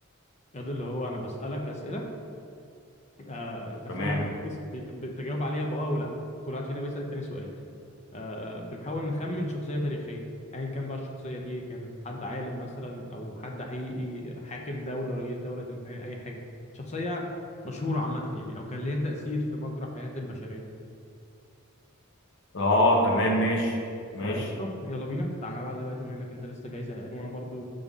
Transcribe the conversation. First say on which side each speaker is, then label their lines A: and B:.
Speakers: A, on the left; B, on the left.
A: يا ده اللي هو انا بسالك اسئله آه، اسئله
B: تمام
A: بس- ب- بتجاوب عليها باه او لا كل واحد فينا بيسال تاني سؤال آه، بنحاول نخمن شخصية تاريخية أيا كان بقى الشخصية دي إيه، كانت حد عالم مثلا أو حد حقيقي حاكم دولة رئيس دولة ما أي حاجة شخصية مشهورة عامة يعني أو كان ليها تأثير في مجرى حياة البشرية
B: اه تمام ماشي
A: فقشطة
B: ماشي
A: يلا بينا تعال نلعب دلوقتي بما إنك أنت لسه جاي زهقان وأنا برضو